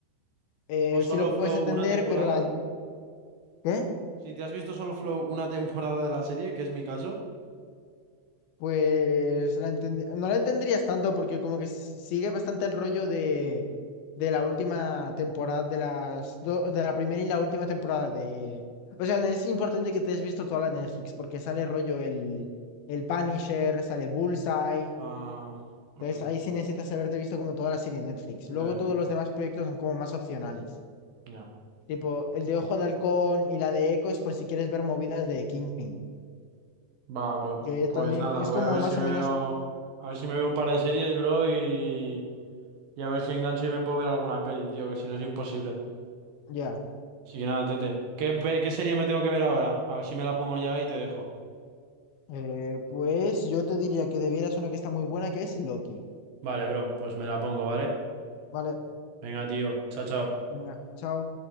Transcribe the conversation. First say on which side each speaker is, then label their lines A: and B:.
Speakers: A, on the left; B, on the right.
A: Eh,
B: o
A: sí
B: solo
A: lo puedes
B: Flow
A: entender,
B: una temporada,
A: pero la... ¿Qué?
B: si te has visto solo Flow una temporada de la serie, que es mi caso,
A: pues la entend- no la entenderías tanto porque como que s- sigue bastante el rollo de, de la última temporada, de las do- de la primera y la última temporada de... O sea, es importante que te hayas visto toda la Netflix porque sale rollo el, el Punisher, sale Bullseye.
B: ah, ok,
A: Entonces ahí sí necesitas haberte visto como toda la serie en Netflix.
B: ya,
A: Luego
B: ya,
A: todos
B: ya,
A: los demás proyectos son como más opcionales.
B: ya.
A: Tipo, el de Ojo de Halcón y la de Echo es por si quieres ver movidas de Kingpin.
B: Va, bro.
A: Que
B: Pues
A: también
B: nada,
A: es
B: voy
A: como
B: a ver
A: más
B: si me
A: o menos,
B: veo, a ver si me veo un par de series, bro, y, y a ver si engancho y me puedo ver alguna peli, tío, que si no es imposible.
A: ya.
B: Así que nada, tete. ¿Qué, pe- qué serie me tengo que ver ahora? A ver si me la pongo ya y te dejo.
A: Eh, pues yo te diría que debieras una que está muy buena, que es Loki.
B: Vale, bro, pues me la pongo, ¿vale?
A: Vale,
B: Venga, tío, chao, chao.
A: venga, chao.